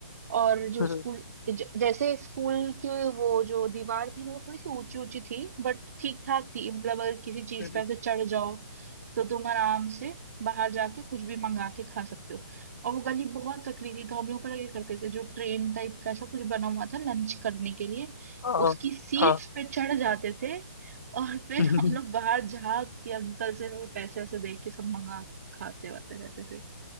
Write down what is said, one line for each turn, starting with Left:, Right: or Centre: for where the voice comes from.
Right: और जो
Left: हम्म,
Right: स्कूल ज- जैसे स्कूल की वो जो दीवार थी ना वो थोड़ी सी ऊंची ऊंची थी बट ठीक ठाक थी मतलब अगर किसी चीज
Left: हम्म,
Right: पर से चढ़ जाओ तो तुम आराम से बाहर जाके कुछ भी मंगा के खा सकते हो और वो गली बहुत सकरी थी तो हम लोग पता क्या करते थे जो ट्रेन टाइप का ऐसा कुछ बना हुआ था लंच करने के लिए
Left: हाँ
Right: उसकी सीट्स
Left: हाँ
Right: पे चढ़ जाते थे और फिर
Left: <laughs>
Right: हम लोग बाहर झाग के अंकल से पैसे ऐसे दे के सब मंगा खाते वाते रहते थे